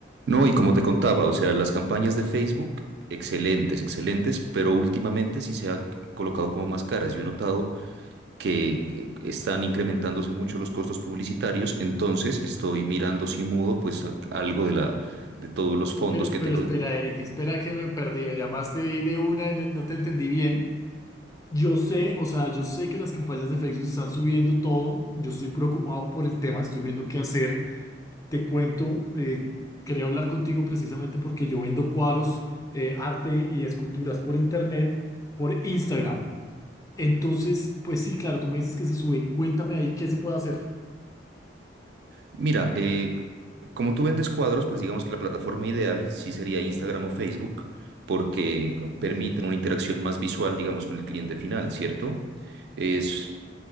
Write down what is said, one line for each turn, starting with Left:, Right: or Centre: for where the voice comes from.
Right: No, y como te contaba, o sea, las campañas de Facebook, excelentes, excelentes, pero últimamente sí se han colocado como más caras. Yo he notado que eh, están incrementándose mucho los costos publicitarios, entonces estoy mirando si mudo, pues a- algo de la, de todos los fondos
Left: Pero,
Right: que
Left: pero
Right: tengo.
Left: espera, Eric, espera que me perdí. Me llamaste ahí de una y no no te entendí bien. Yo sé, o sea, yo sé que las campañas de Facebook están subiendo todo. Yo estoy preocupado por el tema, estoy viendo qué hacer. Te cuento, eh, quería hablar contigo precisamente porque yo vendo cuadros, eh, arte y esculturas por internet, por Instagram. Entonces, pues sí, claro, tú me dices que se sube. Cuéntame ahí qué se puede hacer.
Right: Mira, eh, como tú vendes cuadros, pues digamos que la plataforma ideal sí sería Instagram o Facebook, porque permiten una interacción más visual, digamos, con el cliente final, ¿cierto? Es